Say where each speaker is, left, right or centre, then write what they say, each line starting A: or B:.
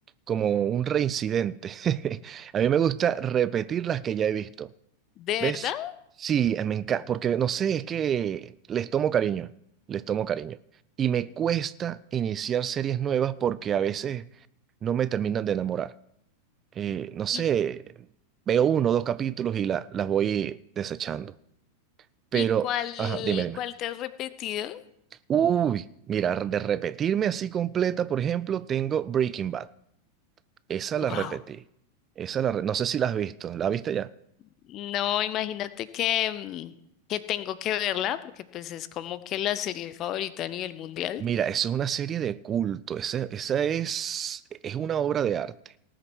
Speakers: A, on the right; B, on the left.
A: como un reincidente. <laughs> A mí me gusta repetir las que ya he visto,
B: ¿De
A: ¿ves?
B: verdad?
A: Sí, eh, me encanta, porque no sé, es que les tomo cariño, les tomo cariño. Y me cuesta iniciar series nuevas porque a veces no me terminan de enamorar eh, no sé,
B: ¿Y,
A: veo uno o dos capítulos y la- las voy desechando. Pero,
B: y cuál,
A: ajá, dime, dime.
B: cuál te has repetido?
A: Uy, mira, de repetirme así completa, por ejemplo, tengo Breaking Bad. Esa la
B: Wow.
A: repetí. Esa la, re- no sé si la has visto. ¿La viste ya?
B: No, imagínate que, mm, que tengo que verla, porque pues es como que la serie favorita a nivel mundial.
A: Mira, eso es una serie de culto. Esa, esa es, es una obra de arte.